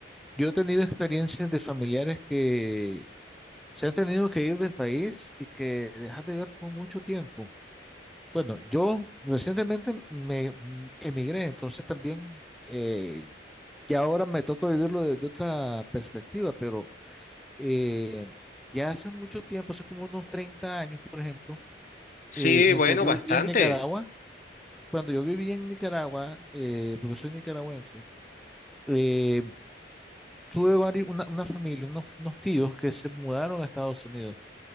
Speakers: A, in the centre; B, on the left (about 45°).
A: yo he tenido experiencias de familiares que se han tenido que ir del país y que dejan de ver por mucho tiempo. Bueno, yo recientemente me emigré, entonces también eh, ya ahora me toca vivirlo desde otra perspectiva, pero eh, ya hace mucho tiempo, hace como unos 30 años, por ejemplo,
B: Sí,
A: eh, mientras
B: bueno,
A: yo
B: bastante.
A: vivía en Nicaragua, cuando yo viví en Nicaragua, eh, porque soy nicaragüense, eh, tuve vari- una, una familia, unos, unos tíos que se mudaron a Estados Unidos.